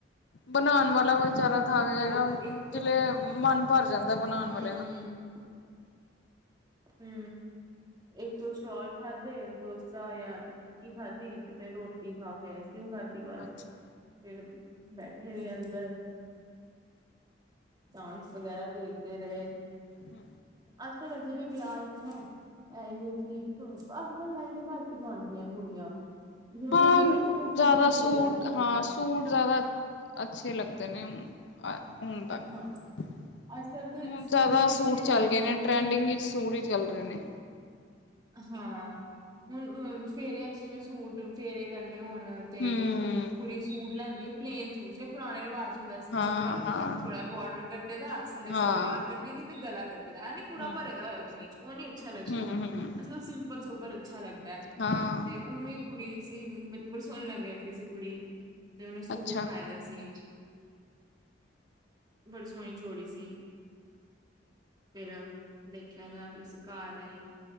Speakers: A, on the left; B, on the right.
A: ਬਨਾਨ ਵਾਲਾ ਵਿਚਾਰਾ ਥੱਕ ਜੈਗਾ
B: ਤੋ ਇੱਕ ਦੋ
A: ਜਿਲੇ ਮਨ ਭਰ ਜਾਂਦਾ ਬਨਾਣ
B: ਹੂੰ
A: ਵਾਲਿਆ ਦਾ।
B: ਹੂੰ। ਇੱਕ ਦੋ ਸਟੋਲ ਖਾਧੇ ਡੋਸਾ ਯਾਂ ਟਿੱਕੀ ਖਾਧੀ ਤੇ ਰੋਟੀ ਖਾ ਕੇ ਆਈਸਕ੍ਰੀਮ ਖਾਧੀ ਵਸ
A: ਅੱਛਾ
B: ਫਿਰ ਬੈਠੇ ਰਹੇ ਅੰਦਰ ਡਾਂਸ ਵਗੈਰਾ ਦੇਖਦੇ ਰਏ
A: ਹੂੰ।
B: <inaudible> ਇਹੀ ਚੀਕ ਅੱਜ ਕੱਲ ਲਹਿੰਗੇ ਘੱਟ ਹੀ ਪਾਦੀਆਂ ਕੁੜੀਆਂ ਜਿਵੇਂ
A: ਹਾਂ
B: ਹੁੰਦੇ ਆ ਨਾ
A: ਜ਼ਿਆਦਾ
B: ਬੜੇ ਸੂਟ ਹੁੰਦੇ
A: ਸੂਟ
B: ਆ ਅੱਜ ਕੱਲ੍ਹ
A: ਹਾਂ ਸੂਟ ਜਿਆਦਾ ਅੱਛੇ ਲੱਗਦੇ ਨੇ ਹੁਣ ਅ ਤੱਕ
B: ਹਾਂ
A: ਹੂਨ
B: ਅੱਜ ਕੱਲ ਤੇ
A: ਜਾਦਾ
B: ਵੀ
A: ਸੂਟ
B: ਫੇਰਿਆਂ
A: ਚੱਲ
B: ਵਾਲੇ
A: ਗੇ
B: ਸੂਟ
A: ਨੇ ਟ੍ਰੈਂਡਿੰਗ
B: ਵੀ
A: ਵਿੱਚ ਸੂਟ ਈ ਚੱਲ ਰੇ ਨੇ।
B: ਹਾਂ ਹੁਣ ਅ ਫੇਰਿਆਂ ਚ ਜਿਵੇਂ ਸੂਟ ਫੇਰੇ ਕਰਨੇ ਹੋਣ ਨ ਤੇ
A: ਹਮ
B: ਕੁੜੀ ਸੂਟ ਲੈਂਦੀ ਆ ਪਲੇਨ ਸੂਟ ਜਿੜੇ ਪੁਰਾਣੇ ਰਿਵਾਜ ਚ ਹੁੰਦਾ
A: ਹਾਂ
B: ਸਿੰਪਲ
A: ਹਾਂ
B: ਥੋੜਾ ਬਾਰਡਰ ਕੱਢੇ ਦਾ ਥੱਲੇ
A: ਹਾਂ
B: ਸਲਵਾਰ ਕੱਢੀ ਦੀ ਤੇ ਗਲਾ ਕੱਢੇ ਦਾ ਐ ਨੀ ਪੂਰਾ
A: ਹਮ
B: ਭਰਿਆ ਹੋਇਆ ਕਮੀਜ਼ ਉਹ ਨੀ ਅੱਛਾ ਲੱਗਤਾ
A: ਹਮ ਹਮ
B: ਅੱਜ ਕੱਲ੍ਹ ਸਿੰਪਲ ਸੋਬਰ ਅੱਛਾ ਲੱਗਦਾ
A: ਹਾਂ
B: ਤੇ ਉਹਵੇ ਕੁੜੀ ਸੀ ਬੜੀ ਸੋਹਣੀ ਲੱਗ ਰਹੀ ਸੀ ਕੁੜੀ ਤੇ ਉਹਨੇ ਸੂਟ
A: ਅੱਛਾ,
B: ਪਾਏ ਦਾ ਸੀ ਬੜੀ ਸੋਹਣੀ ਜੋੜੀ ਸੀ। ਫੇਰ ਦੇਖਿਆ ਗਿਆ। ਫਿਰ ਅਸੀਂ ਘਰ ਆਏ